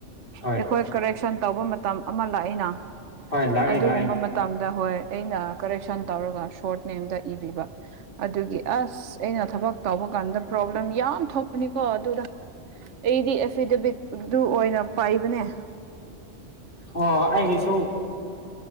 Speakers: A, on the left; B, on the right.
A: ꯍꯣꯏ
B: ꯑꯩꯈꯣꯏ ꯀꯔꯦꯛꯁꯟ ꯇꯧꯕ ꯃꯇꯝ ꯑꯃ ꯂꯥꯛꯏꯅ
A: ꯍꯣꯏ ꯂꯥꯛꯑꯦ
B: ꯑꯗꯨꯒꯨꯝꯕ
A: ꯂꯥꯛꯑꯦ
B: ꯃꯇꯝꯗ ꯍꯣꯏ ꯑꯩꯅ ꯀꯦ ꯑꯗꯨ ꯑ ꯑꯩꯅ ꯊꯛ ꯇ ꯀꯗ ꯄꯣꯂꯦꯝ ꯌꯥꯝ ꯊꯣꯛꯄꯅꯤꯀꯣ ꯑꯗꯨꯗ ꯑꯩꯗꯤ ꯑꯦꯐꯤꯗꯦꯕꯤꯠ ꯑꯗꯨ ꯑꯣꯏꯅ ꯄꯥꯏꯕꯅꯦ
A: ꯑꯣ ꯑꯩꯒꯤꯁꯨ